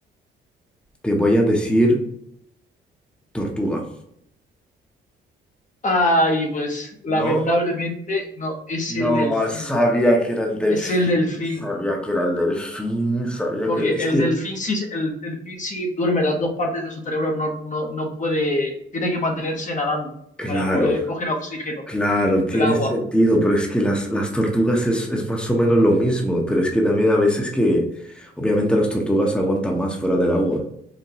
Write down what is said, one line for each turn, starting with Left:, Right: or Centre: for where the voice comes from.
Centre: te voy a decir tortuga.
Left: Ay, pues lamentablemente
Centre: No,
Left: no, es
Centre: no,
Left: el delfín,
Centre: sabía que era el delfín,
Left: es el delfín,
Centre: sabía que era el delfín, sabía
Left: porque
Centre: que era... Es
Left: el
Centre: que,
Left: delfín sí, el delfín sí duerme, las dos partes de su cerebro no, no, no puede, tiene que mantenerse nadando
Centre: Claro,
Left: para poder coger oxígeno
Centre: claro, tiene
Left: del agua.
Centre: sentido, pero es que las, las tortugas es, es más o menos lo mismo, pero es que también a veces que, obviamente las tortugas aguantan más fuera del agua.